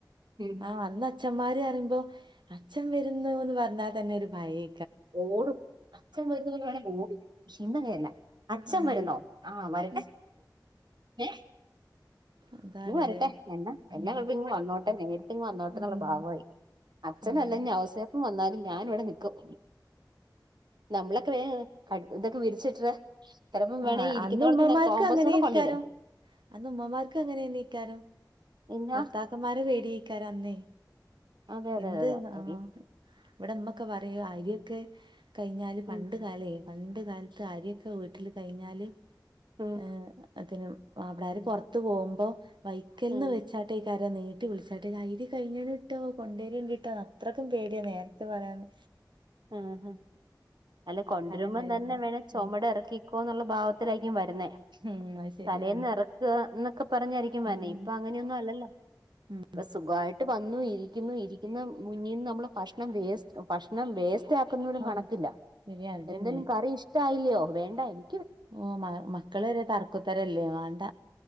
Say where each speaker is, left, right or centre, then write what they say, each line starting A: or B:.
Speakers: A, on the right; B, on the right.
A: ഉം.
B: ആ അന്ന് അച്ഛന്മാര് പറയുമ്പോ അച്ഛൻ വരുന്നു ന്ന് പറഞ്ഞാ തന്നെ ഒരു ഭയേ
A: ഓടും അച്ഛൻ വരുന്നു <unintelligible> വേണേ ഓടും പക്ഷെ ഇന്നങ്ങനെയല്ല അച്ഛൻ
B: ഉം
A: വരുന്നോ ആ വര
B: ഉം
A: ട്ടെ ഏ
B: അതാണല്ലേ
A: ഇങ്ങ് വരട്ടെ എന്നാ എന്നാ
B: ഉം
A: കുഴപ്പം ഇങ്ങ് വന്നോട്ടെ നേരിട്ട് ഇങ് വന്നോട്ടെന്ന്
B: ഉം
A: ള്ള ഭാവായി അച്ഛനല്ല
B: ഉം
A: ഇഞ്ഞ് ഔസപ്പ് വന്നാലും ഞാൻ ഇവിടെ നിക്കും നമ്മളൊക്കെ വേഗം ക ഇതൊക്കെ വിരിച്ചിട്ര ചെലപ്പം വേണെ
B: ആഹ്
A: ഇരിക്കുന്നോട്ത്ത്
B: അന്ന് ഉമ്മമാർക്ക്
A: ന്ന് കോംബോസും
B: അങ്ങനെയ്ക്കാരം
A: കൂടെ കൊണ്ടിടേ
B: അന്ന് ഉമ്മമാർക്ക് അങ്ങനെ ന്നെയ്ക്കാരം
A: എന്നാ
B: ഭർത്താക്കന്മാരെ പേടി ചെയ്ക്കാരം അന്നേയ്
A: അതെ അതെ
B: എന്ത്
A: അതെ
B: ആഹ്
A: അതെ
B: ഇവിടെ മ്മൊക്കെ പറയും അരിയൊക്കെ കഴിഞ്ഞാല്
A: ഉം
B: പണ്ട് കാലേ പണ്ട് കാലത്ത് അരിയൊക്കെ വീട്ടില് കഴിഞ്ഞാല്
A: ഉം
B: ഏ അതിന് അവിടാര് പുറത്ത് പോകുമ്പോ വൈക്കൽന്ന്
A: ഉം
B: വെച്ച് കേട്ട ഈ കര നീട്ടി വിളിച്ചട്ടേ ഇത് കഴിഞ്ഞിട്ടോ കൊണ്ടേരയേണ്ടിട്ടോ അത്രക്കും പേടിയാ നേരത്തെ പറയാന്ന്
A: ഉം അല്ല കൊണ്ടുവരുമ്പം
B: ഉണ്ടായിരുന്നു
A: തന്നെ വേണെ ചുമട്
B: ഉം
A: ഇറക്കിക്കോന്നുള്ള ഭാവത്തിലായിരിക്കും വരുന്നേ.
B: ഉം അത് ശരിയാണ്
A: തലേന്ന് ഇറക്കുക എന്നൊക്കെ പറഞ്ഞായിരിക്കും
B: ഉം
A: വരുന്നെ ഇപ്പൊ അങ്ങനെയൊന്നും അല്ലല്ലോ.
B: ഉം
A: ഇപ്പ സുഖമായിട്ട് വന്നു ഇരിക്കുന്നു ഇരി ഇന്ന് മുന്നീന്ന് നമ്മള് ഭഷണം വേസ്റ്റ് ഭഷണം വേസ് റ്റ് ആക്കുന്നതിനും
B: ഓ
A: കണക്കില്ല
B: ശരിയാ അതന്നെ
A: എന്തേനും കറി ഇഷ്ടമായില്ലിയോ വേണ്ട എനി
B: ഓ മ മക്കള് വരെ തർക്കുത്തരല്ലേ വാണ്ട